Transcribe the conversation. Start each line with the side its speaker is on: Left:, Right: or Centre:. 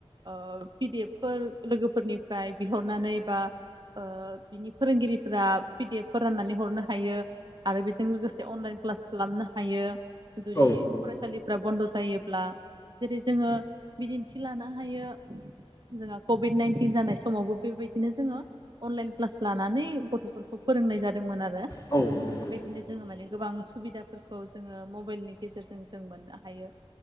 Right: पि डि एफ फोर लोगोफोरनिफ्राय बिहरनानै बा बिनि फोरोंगिरिफोरा पि डि एफ फोर राननानै हरनो हायो आरो बेजों लोगोसे अनलाइन क्लास खालामनो हायो जुदि
Left: औ
Right: फरायसालि फ्रा बन्द' जायोब्ला जेरै जोङो बिदिन्थि लानो हायो जोंहा कभिड नाइनटिन जानाय समावबो बेबायदिनो जोङो अनलाइन क्लास लानानै गथ'फोरखौ फोरोंनाय जादोंमोन आरो
Left: औ नंगौ
Right: बेबायदिनो
Left: औ नंगौ औ नंगौ औ
Right: जोङो माने गोबां सुबिदाफोरखौ जोङो मबाइलनि गेजेरजों जों मोननो हायो